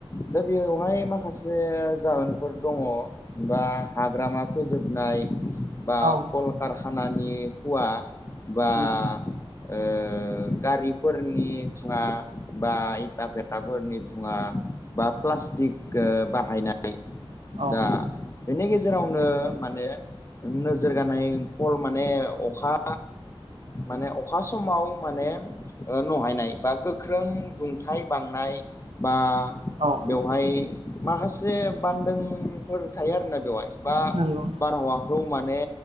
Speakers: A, on the left (about 30°); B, on the right (about 80°).
A: दा बेवहाय माखासे जाहोनफोर दङ। बा हाग्रामा फोजोबनाय बा
B: औ
A: कलकारखानानि हुवा बा
B: उम
A: ओ गारिफोरनि थुङा बा इथा पेथाफोरनि धुङा। बा प्लास्टिक बाहायनाय
B: औ
A: दा बेनि गेजेरावनो माने नोज रगानाय फल माने अखा माने अखा समाव माने नहायनाय बा गोख्रों दुंथाय बांनाय बा
B: औ
A: बेवहाय माखासे बान्दोंफोर थायो आरोना बेवहाय बा
B: नंगौ
A: बारहावा खौ माने